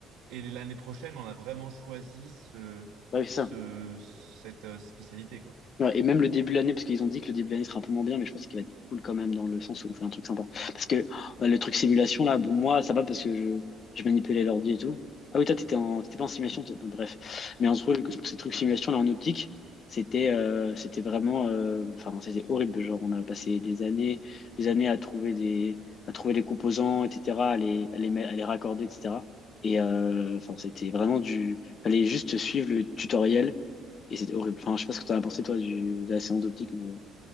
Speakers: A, on the right; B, on the left.
A: Et l'année prochaine, on a vraiment choisi ce,
B: ouais, c'est
A: ce,
B: ça.
A: cette euh, spécialité, quoi.
B: Ouais, et même le début de l'année, parce qu'ils ont dit que le début de l'année sera un peu moins bien, mais je pense qu'il va être cool quand même dans le sens où on fait un truc sympa. Parce que oh, le truc simulation, là, bon, moi, ça va parce que je, je manipulais l'ordi et tout. Ah oui, toi, t'étais en... t'étais pas en simulation, toi. Bon, Bref. Mais en gros, le- ce truc simulation, là, en optique, c'était euh, c'était vraiment. euh, Enfin, c'était horrible. Genre, on a passé des années, des années à trouver des, à trouver les composants, etc., à les, à les, mettre- à les raccorder, etc. Et euh, enfin, c'était vraiment du. Fallait juste suivre le tutoriel Et c'était horrible. Enfin, je sais pas ce que t'en as pensé, toi, du, de la séance d'optique, mais.